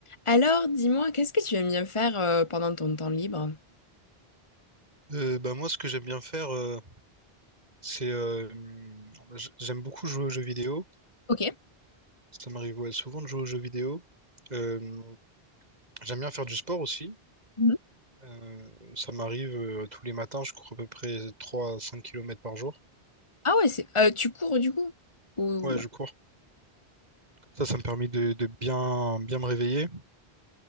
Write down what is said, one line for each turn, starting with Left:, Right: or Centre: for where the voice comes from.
Left: Alors, dis-moi, qu'est-ce que tu aimes bien faire euh, pendant ton temps libre?
Right: Euh, bah moi, ce que j'aime bien faire, euh, c'est euh, hum, j- j'aime beaucoup jouer aux jeux vidéo.
Left: Ok.
Right: Ça m'arrive ouais, souvent de jouer aux jeux vidéo. Euh, j'aime bien faire du sport aussi.
Left: Mhm.
Right: Euh, ça m'arrive euh, tous les matins, je cours à peu près 3 à 5 kilomètres par jour.
Left: Ah ouais, c'est euh, tu cours du coup? Ou...
Right: Ouais, je cours. Comme ça, ça me permet de, de bien, bien me réveiller.